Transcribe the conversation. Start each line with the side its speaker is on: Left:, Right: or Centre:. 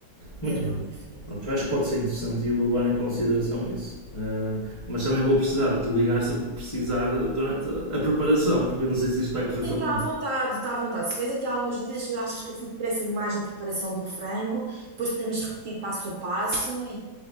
Left: Muito
Right: tem um toque
Left: bem.
Right: diferente.
Left: Pronto, acho que pode ser interessante e eu vou levar em consideração isso. Ahm, mas também vou precisar de te ligar se me precisar durante a a preparação, porque eu não sei se isto vai correr tão
Right: Sim, está
Left: bem.
Right: à vontade, está à vontade. Se tiveres aqui algumas dúvidas, se achas que eu fui depressa demais na preparação do frango, depois podemos repetir passo a passo e,